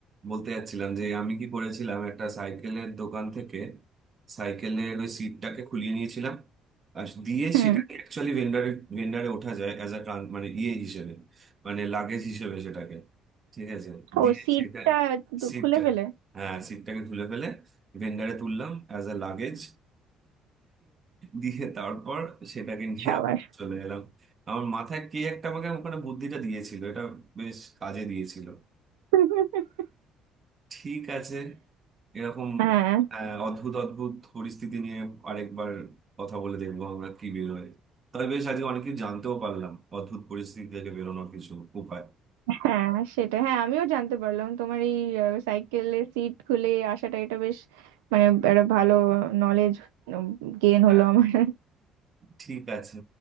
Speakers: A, on the right; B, on the right.
A: বলতে যাচ্ছিলাম যে আমি কি করেছিলাম একটা সাইকেলের দোকান থেকে সাইকেলের ওই সিটটাকে খুলিয়ে নিয়েছিলাম আর দিয়ে
B: হুম
A: সেটাকে অ্যাকচুয়ালি ভেন্ডারে ভেন্ডারে ওঠা যায় অ্যাজ আ মানে ইয়ে হিসেবে মানে লাগেজ হিসেবে সেটাকে ঠিক আছে দিয়ে
B: ও সিটটা
A: সেটা
B: একটু
A: সিটটা
B: খুলে ফেলে
A: হ্যাঁ সিটটাকে তুলে ফেলে ভেন্ডারে তুললাম অ্যাজ আ লাগেজ দিয়ে তারপর সেটাকে নিয়ে
B: সাবাস
A: চলে এলাম আমার মাথায় কে একটা আমাকে ওখানে বুদ্ধিটা দিয়েছিল এটা বেশ কাজে দিয়েছিল
B: <laughs>
A: ঠিক আছে এরকম
B: হ্যাঁ
A: আহ, অদ্ভুত অদ্ভুত পরিস্থিতি নিয়ে আরেকবার কথা বলে দেখবো আমরা কি বেরোয় তবে বেশ আজকে অনেক কিছু জানতেও পারলাম অদ্ভুত পরিস্থিতি থেকে বেরোনোর কিছু উপায়
B: হ্যাঁ সেটা হ্যাঁ আমিও জানতে পারলাম তোমার এই সাইকেলে সিট খুলে আসাটা এটা বেশ মানে একটা ভালো নলেজ গেইন হলো
A: আর
B: আমার
A: ঠিক আছে